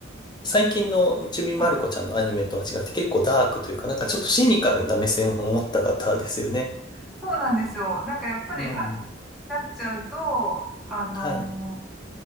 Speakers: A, on the left (about 25°); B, in the centre.
A: 最近のちびまる子ちゃんのアニメとは違って結構ダークというか、
B: はい。
A: なんかちょっとシニカルな目線を持った方ですよね。
B: そうなんですよ。なんかやっぱり、
A: うん。
B: あ、なっちゃうと、あの、
A: はい。